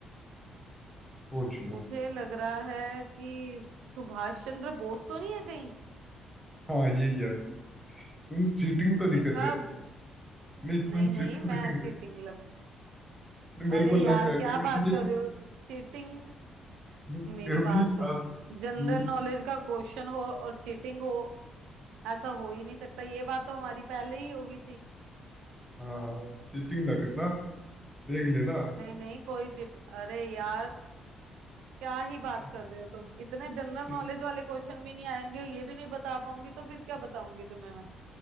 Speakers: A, in the centre; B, on the right.
A: सोच लो
B: मुझे लग रहा है कि सुभाष चंद्र बोस तो नहीं है कहीं
A: हाँ यही है तुम चीटिंग तो नहीं
B: देखा
A: कर रहे
B: ब-
A: नहीं तुम
B: नहीं नहीं
A: चीटिंग
B: मैं
A: तो नहीं कर
B: चीटिंग
A: रहे
B: लब
A: नहीं, मेरे
B: अरे
A: को लग
B: यार
A: रहा है
B: क्या
A: क्योंकि
B: बात
A: ये
B: कर रहे हो चीटिंग
A: क्योंकि
B: मेरी बात सुनो
A: अब
B: जनरल
A: हम्म,
B: नॉलेज का क्वेश्चन हो और चीटिंग हो ऐसा हो ही नहीं सकता ये बात तो हमारी पहले ही होगी थी
A: हाँ चीटिंग ना करना देख लेना
B: नहीं नहीं कोई चीट अरे यार क्या ही बात
A: ठीक
B: कर रहे हो तुम इतने जनरल
A: ठीक
B: नॉलेज वाले क्वेश्चन भी नहीं आएंगे ये भी नहीं बता पाऊंगी तो फिर क्या बताऊंगी तुम्हें